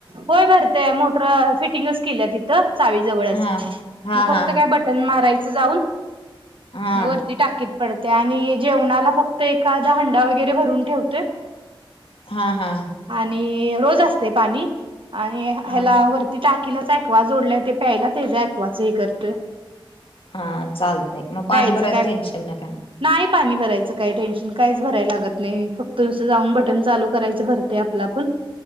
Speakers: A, on the right (about 65°); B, on the left (about 70°).
A: होय भरतय मोटर फिटिंगच केल्या तिथं चावी जवळच
B: हा हा
A: मग, फक्त
B: हा
A: काय बटन मारायचं जाऊन.
B: हा
A: वरती टाकीत पडतय, आणि जेवणाला फक्त एखादा हंडा वगैरे भरून ठेवतोय.
B: हा हा.
A: आणि रोज असतय, पाणी आणि ह्याला
B: हा
A: वरती ती टाकीलाच अँक्वा जोडलाय, ते प्यायला तेज अँक्वाच हे करतोय.
B: हा, चालतंय मग पाणी
A: प्यायचं
B: भरायचं
A: काय
B: टेन्शन नाही काय?
A: नाही पाणी भरायचं काही टेन्शन काहीच भरायला लागत नाही फक्त नुसं जाऊन बटन चालू करायचं भरते आपला आपण <inaudible>